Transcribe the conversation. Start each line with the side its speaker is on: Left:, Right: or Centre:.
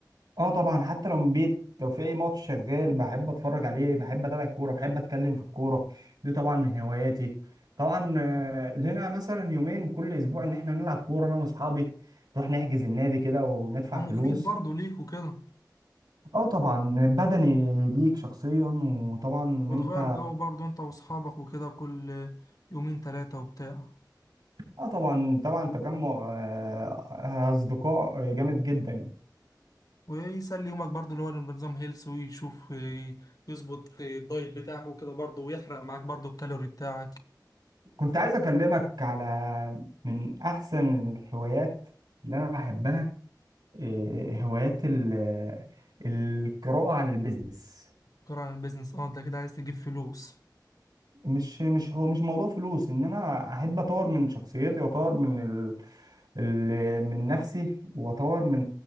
Right: اه طبعا حتى لو من بيت لو في اي ماتش شغال بحب اتفرج عليه بحب اتابع الكوره بحب اتكلم في الكوره دي طبعا من هواياتي طبعا آه، لنا مثلا يومين كل اسبوع ان احنا نلعب كوره انا واصحابي نروح نحجز النادي كده وندفع
Left: هو مفيد
Right: فلوس
Left: برضه ليك وكده
Right: اه طبعا بدني ليك شخصيا وطبعا ان
Left: وتغير
Right: انت
Left: جو برضه انت وأصحابك وكده كل يومين تلاتة وبتاع
Right: اه طبعا طبعا تجمع آه، اصدقاء جامد جدا
Left: ويسلي يومك برضو اللي هو بنظام هيلث ويشوف ي- يظبط الدايت بتاعه وكده برضو ويحرق معاك برضو الكالوري بتاعك
Right: كنت عايز اكلمك على من احسن الهوايات اللي انا بحبها إيه، هوايات ال- القراءة عن البيزنس
Left: كرة عن البيزنس اه انت كده عايز تجيب فلوس
Right: مش مش هو مش موضوع فلوس ان انا احب اطور من شخصيتي واطور من ال... ال... من نفسي واطور من